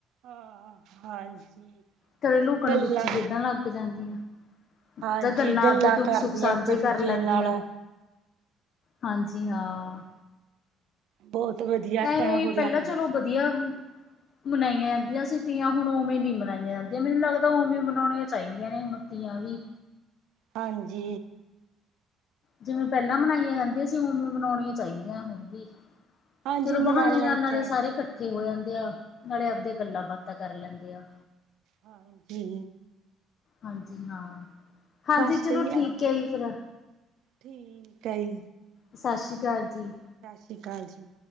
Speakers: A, on the right; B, on the left.
A: ਹਾਂ, ਹਾਂਜੀ।
B: ਕਦੇ, ਲੁਕਣ
A: ਗੱਲਾਂ
B: ਮੀਚੀ ਖੇਡਣ ਲੱਗ ਜਾਂਦੀਆਂ।
A: ਹਾਂਜੀ
B: ਜਾ ਗੱਲਾਂ ਆਪਦੇ ਦੁੱਖ
A: ਕਰਦੀਆਂ
B: -ਸੁੱਖ ਸਾਂਝੇ
A: ਇੱਕ
B: ਕਰ
A: ਦੂਜੇ
B: ਲੈਂਦੀਆਂ।
A: ਨਾਲ।
B: ਹਾਂਜੀ, ਹਾਂ।
A: ਬੌਤ ਵਧੀਆ
B: ਐਵੇਂ
A: ਟੈ
B: ਹੀ
A: ਹੋਰ
B: ਪਹਿਲਾਂ
A: ਲੱਗਦਾ।
B: <unintelligible> ਮਨਾਈਆਂ ਜਾਂਦੀਆਂ ਸੀ ਤੀਆਂ, ਹੁਣ ਉਵੇਂ ਨੀ ਮਨਾਈਆਂ ਜਾਂਦੀਆਂ, ਮੈਨੂੰ ਲੱਗਦਾ ਓਵੇਂ ਮਨਾਣੀਆਂ ਚਾਈਦੀਆਂ ਨੇ ਹੁਨ। ਤੀਆਂ ਵੀ।
A: ਹਾਂਜੀ।
B: ਜਿਵੇਂ ਪੈਲਾਂ ਮਨਾਈਆਂ ਜਾਂਦੀਆਂ ਸੀ, ਉਵੇਂ ਮਨਾਉਣੀਆਂ ਚਾਈਦੀਆਂ ਹੁਣ ਵੀ।
A: ਹਾਂਜੀ
B: ਚਲੋ
A: ਮਨਾਣੀਆਂ
B: ਬਹਾਨੇ ਨਾਲ ਨਾਲੇ
A: ਚਾਹੀਦੀ
B: ਸਾਰੇ ਕੱਠੇ ਹੋ ਜਾਂਦੇ ਆ, ਨਾਲੇ ਆਪਦੇ ਗੱਲਾਂ-ਬਾਤਾਂ ਕਰ ਲੈਂਦੇ ਆ।
A: ਹਾਂਜੀ।
B: ਹਾਂਜੀ ਹਾਂ, ਹਾਂਜੀ
A: ਬਸ
B: ਚਲੋ
A: ਸਹੀ
B: ਠੀਕ
A: ਆ
B: ਐ ਜੀ ਫਿਰ।
A: ਠੀਕ ਐ ਯੀ।
B: ਸਸ ਸ਼ੀ ਕਾਲ ਜੀ।
A: ਸਸ ਸ਼ੀ ਕਾਲ ਜੀ।